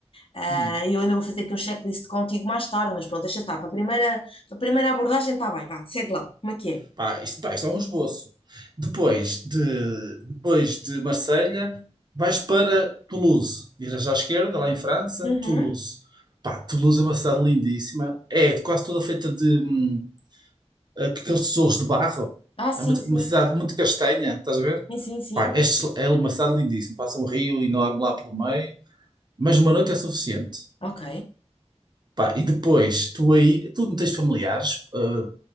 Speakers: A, on the left; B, on the right.
A: Ah,
B: hum,
A: eu ainda vou fazer aqui um checklist contigo mais tarde, mas pronto, deixa estar. Para a primeira, para a primeira abordagem está bem, vá, segue lá, como é que
B: Pá, isto, pá, isto é um esboço. Depois de, depois de Marselha, vais para Toulouse. Viras à esquerda, lá em França,
A: é? Uhum.
B: Toulouse. Pá, Toulouse é uma cidade lindíssima. É quase toda feita de hum, aqueles tijolos de barro.
A: Ah, sim,
B: É uma,
A: sim,
B: uma cidade muito castanha, estás a ver?
A: sim, sim, sim.
B: Pá, é, excel- é uma cidade lindíssima. Passa um rio enorme lá pelo meio, mas uma noite é suficiente.
A: Ok.
B: Pá, e depois, tu aí, tu não tens familiares, ah,